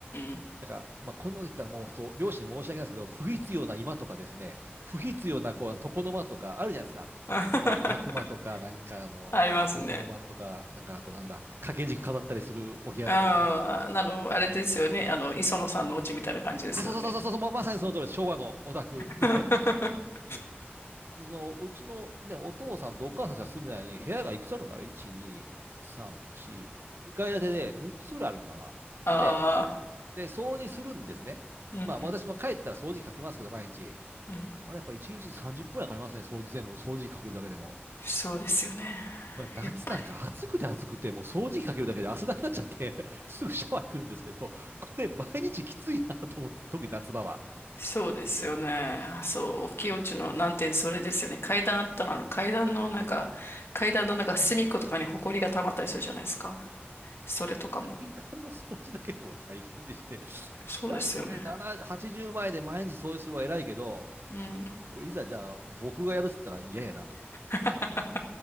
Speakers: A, on the left; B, on the right.
A: ん
B: だから、まあ、こんなこと言ったらもう本当、両親に申し訳ないですけど、不必要な居間とかですね、不必要なこう床の間とかあるじゃないですか。
A: うん。<laughs>
B: なんか客間とか、なんかあのー床の間とか、
A: ありますね。
B: なんかあとなんだ、掛け軸飾ったりするお部屋とかですね。
A: ああ、あの、あれですよね。あの、磯野さんのお家みたいな感じですよね。
B: あ、そうそうそうそうそう、ま、まさにその通りです、昭和のオタクで、
A: <laughs>
B: で、そのうちのね、お父さんとお母さんしか住んでないのに、部屋がいくつあるんだろう ?1、2、3、4、2階建てで6つぐらいあるのかな。
A: ああ、
B: ほんで、で、掃除するんですね。
A: うんうん
B: まあ私も帰ったら掃除機かけますけど、毎日。
A: うん。
B: あれやっぱ1日30分はかかりますね、掃除全部、掃除機かけるだけでも。
A: そうですよね。
B: これ夏なんか暑くて暑くて、
A: やっぱり。
B: もう掃除機かけるだけで汗だくなっちゃって <laughs> すぐシャワー行くんですけど、これ毎日きついなと思って、特に夏場は。
A: そうですよね。そう、
B: もうね、
A: 清地の難点、それですよね。階段あったら、あの階段のなんか、階段のなんか隅っことかに埃が溜まったりするじゃないですか。それとかも。
B: 階段の掃除だけでも大変でして、
A: そうですよね。
B: いや、これ7、80枚で毎日掃除するのは偉いけど、
A: うん。
B: これいざじゃあ僕がやるって言ったら嫌やなと。
A: <laughs>